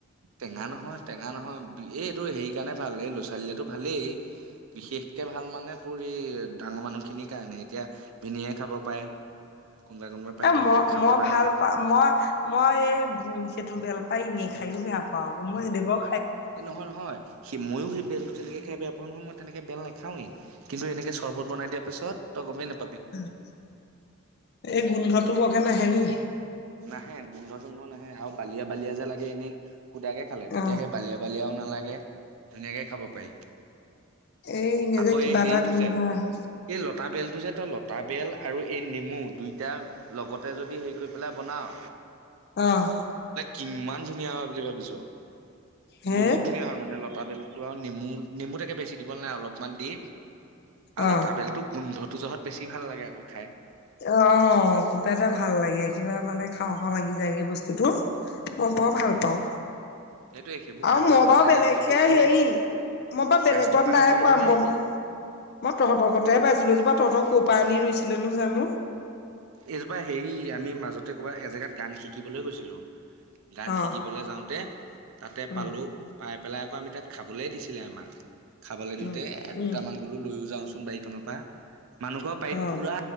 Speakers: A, on the right; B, on the left.
A: টেঙা নহয়, টেঙা নহয় এইটো হেৰি কাৰণে ভাল এই ল'ৰা ছোৱালীলেটো ভালেই বিশেষকে ভাল মানে তোৰ, এই ডাঙৰ মানুহখিনিৰ কাৰণে এতিয়া ভিনিহিয়ে খাব পাৰে। কোনোবাই কোনোবাই পায়,
B: এ
A: তেনেকে
B: মই
A: খাব
B: মই
A: পাৰে
B: ভাল
A: আৰু
B: মই' মই এই উম সেইটো বেল পাই এনেই খায়ো বেয়া পাওঁ আকৌ মই সেইদে বাও
A: এ নহয় নহয় সি ময়ো সেই বেলটো তেনেকে খাই বেয়া পাওঁ নহয়, মই তেনেকে বেল নাখাওৱেই। কিন্তু এনেকে চৰ্বত বনাই দিয়াৰ পিছত তই গমেই নাপা
B: এই, গোন্ধটো বৰকে নাহে নি?
A: নাহে গোন্ধ-চোন্ধ নাহে, আৰু বালিয়া-বালিয়া যে লাগে এনেই খুদাকে খালে, তেতিয়া
B: অ
A: সেই বালিয়া বালিয়াও নালাগে ধুনীয়াকে খাব পাৰি।
B: এই এনে
A: আকৌ
B: যে কিবা
A: এই হেৰিটো
B: এটা গোন্ধ
A: যে,
B: আহে
A: এই লতা বেল্ তু যে, লতা-বেল আৰু এই নেমু দুইটা লগতে যদি হেৰি কৰি পেলাই বনাওঁ
B: অহ-
A: কিমান ধুনীয়া হয়। বুলি ভাবিছো,
B: হে
A: বহুত ধুনীয়া হয় মানে লতা বেল টো নেমু, নেমু তাকে বেছি দিব নাই অলপমান দি আৰু
B: অ
A: লতা বলটো গোন্ধত তো জহত বেছি ভাল লাগে আকৌ খাই।
B: অ' কিবা এটা ভাল লাগে, কিবা মানে খাওঁ-খাওঁ লাগি যায়গে বস্তুতো।
A: উম,
B: মই বৰ ভাল পাওঁ।
A: সেইটোৱে সেইবোৰ
B: আৰু
A: খাই পেলাই
B: মই
A: ভাল
B: বাৰু
A: লাগে
B: বেলেগকে
A: আৰু সেইবোৰ খালে
B: হেৰি, মই বাৰু
A: স্বাস্থ্যৰ
B: বেলেগত
A: কাৰণে
B: নাই
A: কম
B: পোৱা
A: ভাল
B: ম
A: নেকি?
B: মই তহঁতৰতেহে পাইছিলো, হেইজোপা তহতৰ ক'ৰ পৰা আনি ৰুইছিলে নো জানো?
A: এজোপা হেৰি, আমি মাজতে ক'বাত এজেগাত গান শিকিবলৈ গৈছিলো গান
B: অ
A: শিকিবলৈ যাওঁতে তাতে
B: উম
A: পালো, পাই পেলাই আকৌ আমি তাত খাবলে দিছিলে আমাক, খাবলৈ দিওঁতে
B: উম
A: এ
B: উম
A: দুটামান বোলো লৈয়ও যাও। বাৰীখনৰ পৰা, মানুহ ঘৰৰ বাৰীত
B: অ
A: পুৰা